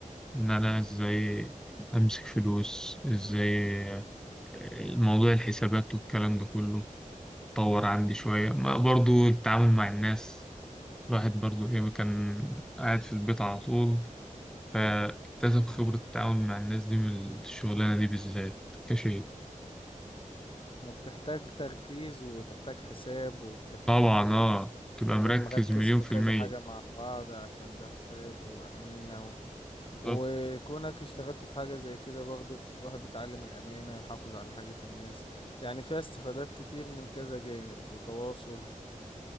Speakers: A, in the centre; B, on the left.
A: إن أنا إزاي أمسك فلوس إزاي آه، الموضوع الحسابات والكلام ده كله اتطور عندي شوية ما برضو التعامل مع الناس الواحد برضو إيه كان قاعد في البيت على طول فاكتسب خبرة التعامل مع الناس دي من الشغلانة دي بالذات كشيء
B: أنا بتحتاج تركيز وتحتاج حساب وبتحتاج
A: طبعا اه تبقى
B: تبقى
A: مركز
B: مركز
A: مليون
B: في
A: في
B: كذا
A: المية
B: حاجة مع بعض عشان ده حساب وأمانة وكونك
A: بالظبط
B: اشتغلت في حاجة زي كده برضه الواحد بيتعلم الأمانة يحافظ على حاجة الناس يعني فيها استفادات كتير من كذا جانب وتواصل